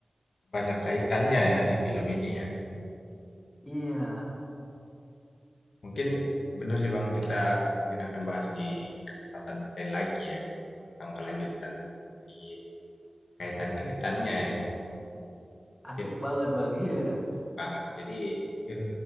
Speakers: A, on the left (about 85°); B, on the left (about 20°).
A: banyak kaitannya ya di film ini ya.
B: Iya,
A: Mungkin benar sih bang kita mungkin akan bahas di kesempatan lain lagi ya tentang kelanjutan dari kaitan-kaitannya ya. Gitu. Mungkin
B: asik banget Bang. <laughs> Iya,
A: asik banget. Jadi mungkin